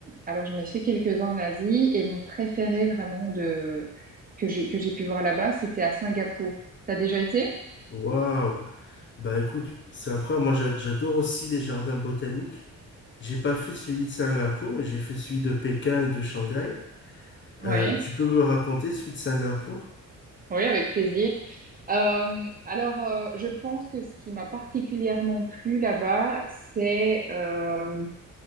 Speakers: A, on the right (about 25°); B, on the left (about 35°).
A: alors, j'en ai fait quelques-uns en Asie et mon préféré vraiment de, que j'ai, que j'ai pu voir là-bas, c'était à Singapour. T'as déjà été?
B: Waouh! Bah écoute, c'est incroyable. Moi, j'a- j'adore aussi les jardins botaniques. J'ai pas fait celui de Singapour, mais j'ai fait celui de Pékin et de Shanghai.
A: Oui,
B: Euh, tu peux me raconter celui de Singapour?
A: oui, avec plaisir. Euh, alors, euh, je pense que ce qui m'a particulièrement plu là-bas, c'est euh,